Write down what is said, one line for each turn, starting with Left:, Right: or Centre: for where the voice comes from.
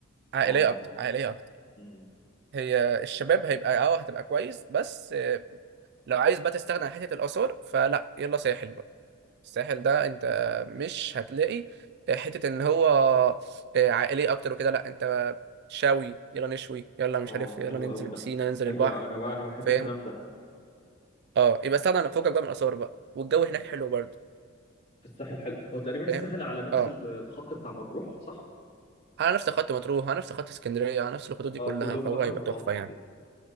Right: عائليه
Left: اه
Right: اكتر عائليه اكتر
Left: امم
Right: هي الشباب هيبقى اه هتبقى كويس بس آه لو عايز بقى تستغنى عن حته الاثار فلا يلا ساحل بقى الساحل ده انت مش هتلاقي حته ان هو آه، عائليه اكتر وكده لا انت شاوي يلا نشوي يلا مش
Left: اه
Right: عارف يلا
Left: حلو
Right: ننزل
Left: قوي
Right: بسينا
Left: ده
Right: ننزل
Left: ايوه
Right: البحر
Left: انا بقى انا بحب
Right: فاهم
Left: الكلام ده
Right: اه يبقى استغنى عن فوقك بقى من الاثار بقى والجو
Left: مم.
Right: هناك حلو برضه
Left: في الساحل حلو هو تقريبا الساحل
Right: فاهم
Left: على نفس
Right: اه
Left: ال- الخط بتاع مطروح صح
Right: على نفس خط مطروح على نفس خط اسكندريه على نفس الخطوط دي
Left: اه
Right: كلها
Left: كلهم
Right: فهو
Left: بحر
Right: هيبقى
Left: متوسط
Right: تحفه يعني
Left: يعني